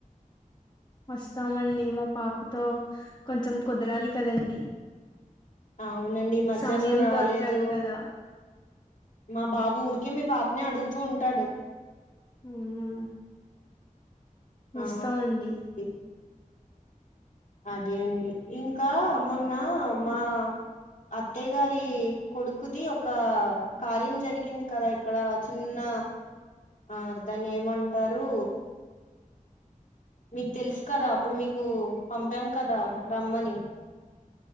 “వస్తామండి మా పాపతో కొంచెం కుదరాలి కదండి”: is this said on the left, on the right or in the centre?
Left